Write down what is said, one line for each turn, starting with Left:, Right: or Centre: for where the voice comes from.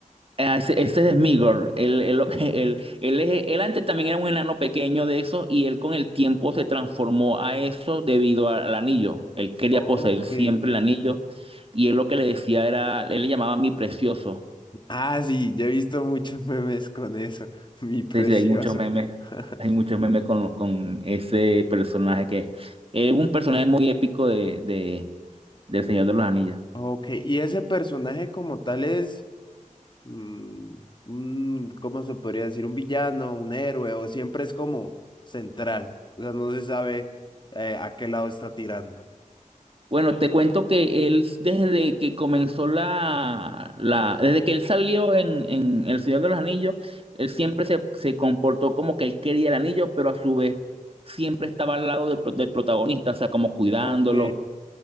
Right: Ah, Ese, ese es Smigol. Él, él, <laughs> él- él es- él antes también era un enano pequeño de eso y él con el tiempo se transformó a eso debido a- al anillo. Él quería
Left: Ok.
Right: poseer siempre el anillo y él lo que le decía era, él le llamaba mi precioso.
Left: Ah, sí, yo he visto muchos <laughs> memes con eso, <laughs> mi precioso.
Right: Entonces, hay muchos memes,
Left: <laughs>
Right: hay muchos memes con, con ese personaje que es un personaje muy épico de, de, del Señor de los Anillos.
Left: Ok, y ese personaje como tal es, mm, un- ¿cómo se podría decir? ¿Un villano, un héroe? ¿O siempre es como central? O sea, no se sabe eh, a qué lado está tirando.
Right: Bueno, te cuento que él, desde que comenzó la, la, desde que él salió en, en El Señor de los Anillos, él siempre se, se comportó como que él quería el anillo, pero a su vez siempre estaba al lado del, pro- del protagonista, o sea, como cuidándolo.
Left: Ok,